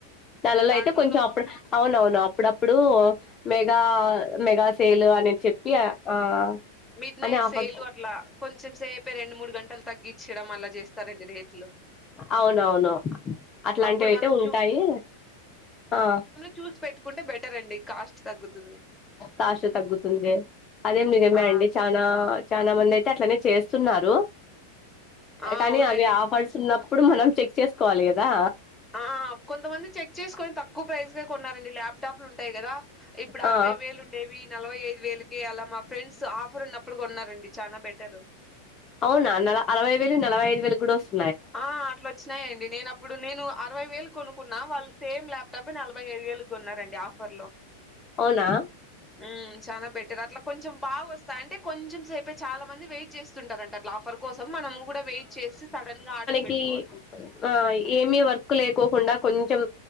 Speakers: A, on the left; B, in the centre.
A: దాన్లల్లో
B: దాంట్లో
A: అయితే కొంచెం అప్పు అవునవును అప్పుడప్పుడు మెగా మెగా సేలు అని చెప్పి ఆ
B: మిడ్‌నైట్
A: అని ఆఫర్స్
B: సేలు అట్లా కొంచెం సేపే రెండు మూడు గంటలు తగ్గిించ్చడం అలా చేస్తారండి రేపు
A: అవునవును అట్లాంటివి
B: అప్పుడు
A: అయితే
B: మనం
A: ఉంటాయి ఆ
B: చూస్ పెట్టుకుంటే బెటరండి కాస్ట్ తగ్గుతుంది
A: కాస్ట్ తగ్గుతుంది అదేం నిజమే
B: ఆ!
A: అండి చానా చానా మంది అయితే అట్లనే చేస్తున్నారు
B: ఆ!
A: కానీ
B: అవునండి.
A: అవి ఆఫర్స్ ఉన్నప్పుడు మనం చెక్ చేసుకోవాలి కదా
B: ఆ కొంతమంది చెక్ చేసుకొని తక్కువ ప్రైస్ కే కొన్నారండి ల్యాప్టాప్లు ఉంటాయి కదా ఇప్పుడు
A: ఆ
B: అరవై వేలు ఉండేవి నలభై ఐదు వేలకే అలా మా ఫ్రెండ్స్ ఆఫర్ ఉన్నప్పుడు కొన్నారండి చానా బెటరు
A: అవునా నల అరవై వేలు నలభై ఐదు వేలు కూడా వస్త్
B: ఆ అట్లా వచ్చినాయిండి నేను అప్పుడు నేను అరవై వేలు కొనుకున్నా వాళ్ళు సేమ్ ల్యాప్టాప్ ఏ నలభై ఐదు వేలు కొన్నారండి ఆఫర్ లో
A: అవునా
B: ఉ చాలా బట్టర్ అట్లా కొంచెం బాగా అస్త్ అంటే కొంచెం సేపే చాలా మంది వెయిట్ చేస్తుంటారంట అట్ ఆఫర్ కోసం మనము కూడా వెయిట్ చేసి <unintelligible> పెట్టుకోవాలి.
A: కి ఆ ఏమి వర్క్ లేకోకుండా కొంచెం